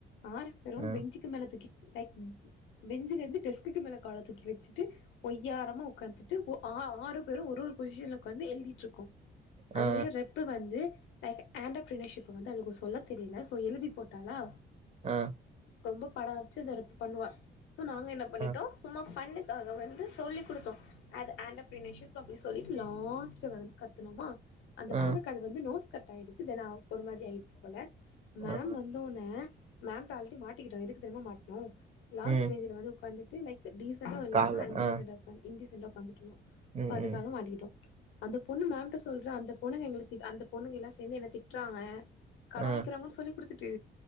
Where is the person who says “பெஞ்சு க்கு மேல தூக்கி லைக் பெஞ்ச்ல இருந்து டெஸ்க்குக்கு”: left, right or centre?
Left